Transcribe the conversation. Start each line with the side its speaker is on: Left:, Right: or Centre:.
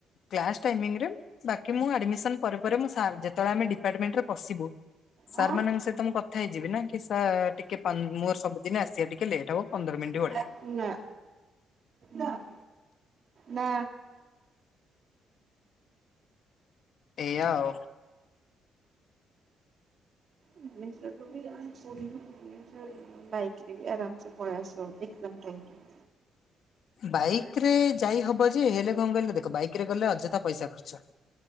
Left: କ୍ଲାସ ଟାଇମିଙ୍ଗରେ ବାକି ମୁଁ ଆଡମିସନ ପରେ ପରେ ମୁ ସାର୍ ଯେତେବେଳେ ଆମେ ଡିପାର୍ଟମେଣ୍ଟ ରେ ପଶିବୁ। ସାର୍
Right: ହଁ
Left: ମାନଙ୍କ ସହିତ ମୁଁ କଥା ହେଇଯିବି ନା କି ସାର୍ ଟିକେ ପାନ ମୋର ସବୁଦିନ ଆସିବା ଟିକେ ଲେଟ୍ ହବ। ପନ୍ଦର ମିନିଣ୍ଟି ୱେଟ।
Right: ହାପ ପୁଆ <inaudible> ନା <inaudible> ନା
Left: ଏଇଆଉ
Right: ବିସ୍ ସାତଦିଆ <inaudible> ମୁଁ ସବୁଦିନ ନିଜ ବାଇକରେ ବି ଆରାମ ସେ ପଳେଇ ଆସିବ ଏକଦମ ଟାଇମରେ <unintelligible>
Left: ବାଇକ ରେ ଯାଇ ହବ ଯେ ହେଲେ କଣ କହିଲ ଦେଖ ବାଇକ ରେ ଗଲେ ଅଯଥା ପଇସା ଖର୍ଚ୍ଚ